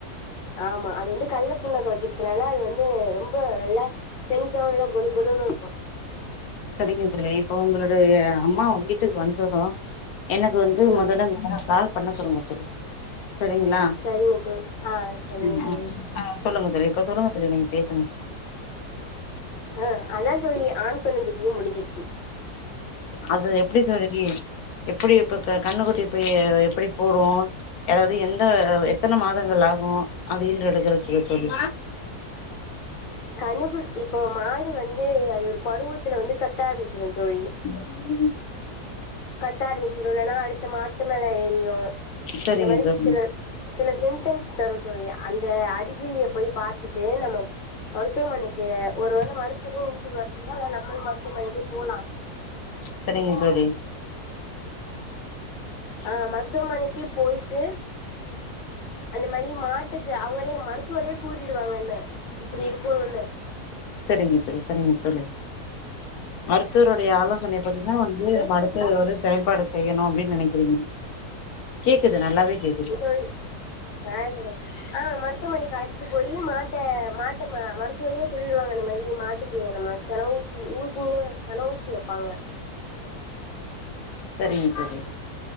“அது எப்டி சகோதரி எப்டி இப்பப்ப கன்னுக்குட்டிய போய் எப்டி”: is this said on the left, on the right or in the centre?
Left